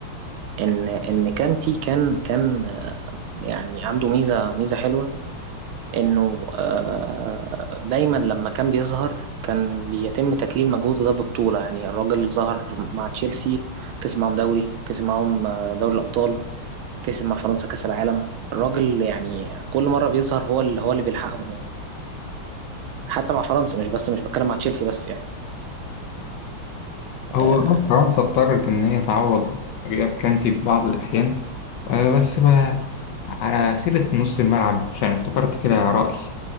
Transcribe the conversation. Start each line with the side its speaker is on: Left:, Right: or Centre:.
Right: ان ان كانتي كان كان آه، يعني عنده ميزة ميزة حلوة انه آه، دايما لما كان بيظهر كان بيتم تكليل مجهوده ده ببطولة يعني الراجل ظهر مع تشيلسي كسب معاهم دوري كسب معاهم آه، دوري الأبطال كسب مع فرنسا كأس العالم الراجل يعني كل مرة بيظهر هو اللي هو اللي بيلحقهم يعني حتى مع فرنسا مش بس مش بتكلم مع تشيلسي بس يعني
Left: هو
Right: آه،
Left: آه فرنسا اضطرت ان هي تعوض غياب كانتي في بعض الاحيان آه، بس بقى على سيرة نص الملعب عشان افتكرت كده رأي